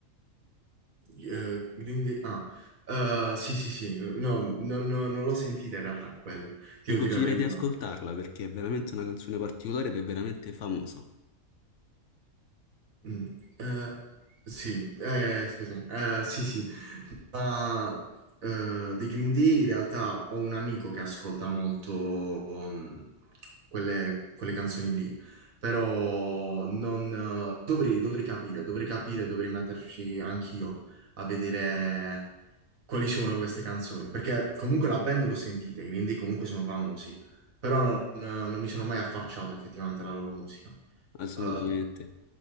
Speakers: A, on the right; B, on the left.
A: Eh, quindi, ah, eh, sì, sì, sì, no, non, non non l'ho sentita in realtà quello, ti
B: Ti
A: devo
B: consiglio
A: dire la verità.
B: di ascoltarla perché è veramente una canzone particolare ed è veramente famosa.
A: Mm, eh, sì, eh, scusami, eh, sì, sì, Ah, eh, dei Green Day in realtà ho un amico che ascolta molto um, quelle, quelle canzoni lì, però non, eh, dovrei, dovrei capire, dovrei capire, dovrei metterci anch'io a vedere quali sono queste canzoni, perché comunque la band l'ho sentita, i Green Day comunque sono famosi, però non, non mi sono mai affacciato effettivamente alla loro musica.
B: Assolutamente.
A: Eh,